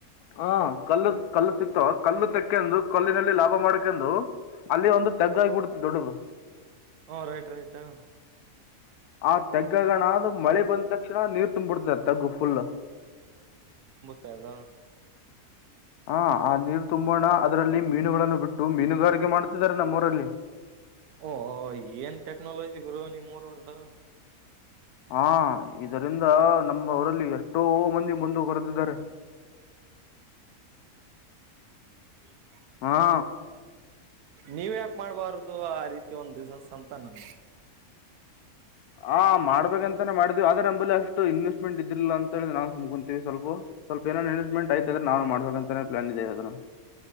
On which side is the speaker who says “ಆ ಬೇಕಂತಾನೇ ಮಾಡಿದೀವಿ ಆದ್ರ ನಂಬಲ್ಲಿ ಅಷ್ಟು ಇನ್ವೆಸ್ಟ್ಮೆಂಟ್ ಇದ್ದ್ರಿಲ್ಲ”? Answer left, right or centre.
Left